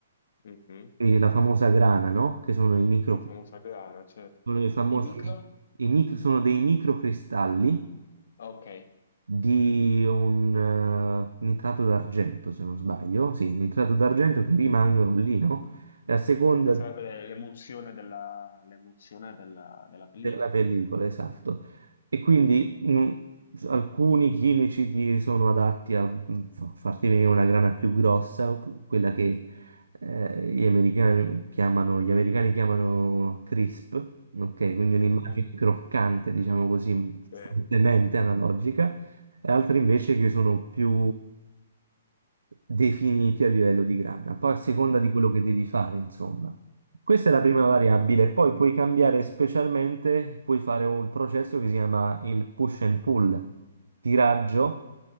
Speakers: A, on the left; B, on the right.
A: Mhm.
B: E la famosa grana, no? Che sono i micro,
A: La famosa grana, certo.
B: sono i famosi,
A: I micro?
B: i mic- sono dei microcristalli
A: Ok.
B: di un eh, nitrato d'argento, se non sbaglio, sì, nitrato d'argento che rimangono lì, no? E a seconda
A: Che sarebbe
B: di
A: l'e- l'emulsione della, l'emulsione della, della pellicola.
B: della pellicola, esatto. E quindi mh, alcuni chimici ti sono adatti a mh, fa- farti venire una grana più grossa, quella che eh, gli americani chiamano, gli americani chiamano crisp, ok? Quindi un'immagine
A: Mhm.
B: croccante, diciamo così,
A: Sì.
B: fortemente analogica, e altri invece che sono più definiti a livello di grana. Poi a seconda di quello che devi fare, insomma. Questa è la prima variabile, poi puoi cambiare specialmente, puoi fare un processo che si chiama il push and pull, tiraggio